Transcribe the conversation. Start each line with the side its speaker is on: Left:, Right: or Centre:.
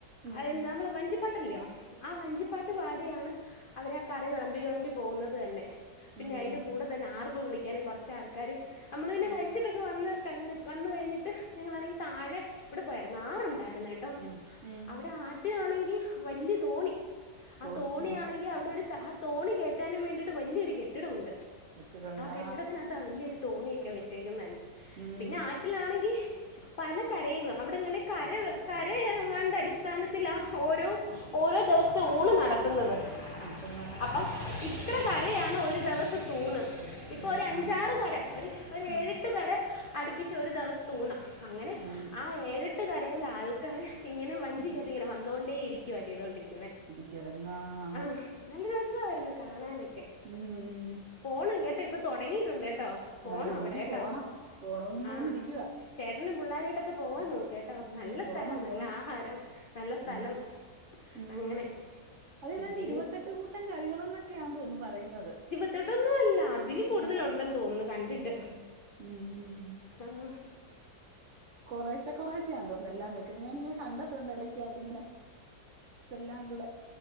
Right: ഉം
Left: അതെന്താ നമ്മള് വഞ്ചിപ്പാട്ടല്ലോ ആ വഞ്ചിപ്പാട്ട് പാടി ടിയാണ് അവര് ആ കറി വെളമ്പി വെളമ്പി പോകുന്നത് തന്നെ പിന്നെ
Right: ഉം
Left: അയ്ന്റെ
Right: ഉം
Left: കൂടെ തന്നെ ആർപ്പ് വിളിക്കാന് കൊറച്ച് ആൾക്കാര് നമ്മളതന്നെ
Right: ആഹ്
Left: കഴി കഴിച്ചിട്ടൊക്കെ വന്ന് കന്നിട്ട് വന്നു കഴിഞ്ഞിട്ട് ഞങ്ങളാണെങ്കി താഴെ ഇവിടെ പോയായിരുന്നു ആറുണ്ടായിരുന്നു കേട് ട്ടോ
Right: ഉം ഉം
Left: അവിടെ ആറ്റിലാണെങ്കി വല്യ തോണി ആ
Right: തോണി
Left: തോണിയാണെങ്കി
Right: ഉം
Left: അവിടൊരു സാ ആ തോണി കയറ്റാനും വേണ്ടിയിട്ട് വല്ല്യൊരു കെട്ടിടൊണ്ട്
Right: കെട്ടിടോണ്ടാ
Left: ആ കെട്ടിടത്തിനകത്താ വല്യൊരു തോണിയൊക്കെ വെച്ചേക്കുന്നന്നെ
Right: ഉം
Left: പിന്നെ ആറ്റിലാണെങ്കി പല കരയുന്നു അവിടെ ഇങ്ങനെ കര കരയെങ്ങാണ്ട് അടിസ്ഥാനത്തിലാ ഓരോ
Right: ആഹ്
Left: ഓരോ ദിവസത്തെ ഊണ് നടത്തുന്നത്
Right: അതവാ
Left: അപ്പം ഇത്ര കരയാണ് ഒരു ദിവസത്തെ ഊണ് ഇപ്പോ
Right: ഊണ്
Left: ഒരു അഞ്ചാറ്
Right: ആ
Left: കര ഒരു ഒര്
Right: ഉം
Left: ഏഴെട്ട് കര അടുപ്പിച്ച് ഒരു ദെവസ ത്തൂണാ അങ്ങനെ
Right: ഉം
Left: ആ ഏഴെട്ട് കരേ ലാൾ ക്കാര് ഇങ്ങനെ വഞ്ചിക്കാത്ത്
Right: ഉം
Left: ഇങ്ങനെ വന്നുകോണ്ടേ ഇരിക്കുവാ ചെയ്തോണ്ടിരിക്കുന്നെ
Right: ഇരിക്കോര്ന്നാ <unintelligible>
Left: ആഹ് നല്ല രസായിരുന്നു കാണാനൊക്കെ
Right: ഉം
Left: പോണം കേട്ടോ ഇപ്പൊ തൊടങ്ങിയിട്ടുണ്ട് കേട്ടോ പോണം
Right: ആഹ്
Left: അവിടെ
Right: എനിക്ക്
Left: കേട്ടോ
Right: പോണം പോണന്നും
Left: ആ
Right: പറഞ്ഞിരിക്കുവാ
Left: ചേട്ടനും പിള്ളാരായിട്ടൊക്കെ പോവാൻ നോക്കേ ട്ടോ
Right: ഉം
Left: നല്ല
Right: പോണം
Left: സ്ഥലം നല്ല
Right: പോണം
Left: ആഹാരം നല്ല സ്ഥലം
Right: ഉം ഉം
Left: അങ്ങനെ
Right: അതേതാണ്ട്
Left: പിന്നെ
Right: ഇരുവത്തെട്ട്
Left: ഇനി
Right: കൂട്ടം കറികളൊന്നൊക്കെയാണ് തോന്നുന്ന് പറയുന്നത്
Left: ഇരുവത്തെട്ടൊന്നും അല്ല അതില് കൂടുതലുണ്ടെന്ന്
Right: അല്ല
Left: തോന്നുന്നു കണ്ടിട്ട്
Right: ഉം ഉം
Left: ആഹ
Right: കൊറേച്ചെ കൊറേച്ചാ തോന്നണ് എല്ലാം വെക്കുന്നത് ഞാനിങ്ങനെ കണ്ടിട്ടുണ്ട് ഇലക്കാത്തിങ്ങനെ ഇതെല്ലാം കൂടെ